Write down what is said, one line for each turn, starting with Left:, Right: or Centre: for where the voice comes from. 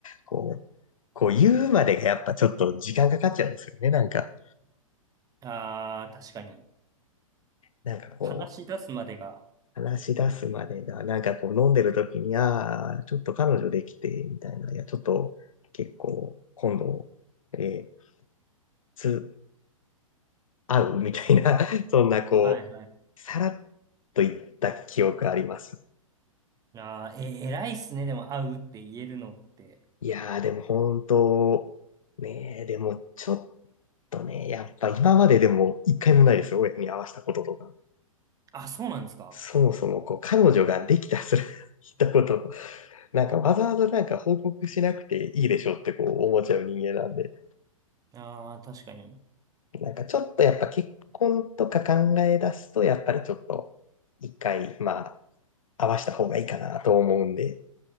Left: こう、こう言うまでがやっぱちょっと時間かかっちゃうんですよね、なんか。
Right: あー、確かに。
Left: なんかこ
Right: 話し出すまでが。
Left: う、話し出すまでが、なんかこう飲んでる時に、ああ、ちょっと彼女できて、みたいな、いや、ちょっと結構今度、えーつ、合う <laughs> みたいな、<laughs> そんなこう、
Right: はいはい。
Left: さらっと言った記憶あります。
Right: あー、え、偉いっすね。でも会うって言えるのって。
Left: いやー、でも本当、ねえ、でもちょっとね、やっぱ今まででも一回もないですよ、親に会わせたこととか。
Right: あ、そうなんですか。
Left: そもそもこう、彼女ができたすら、<laughs> 言ったこと、なんかわざわざなんか報告しなくていいでしょうってこう思っちゃう人間なんで、
Right: あー、確かに。
Left: なんかちょっとやっぱ結婚とか考え出すと、やっぱりちょっと一回、まあ、合わせた方がいいかなと思うんで、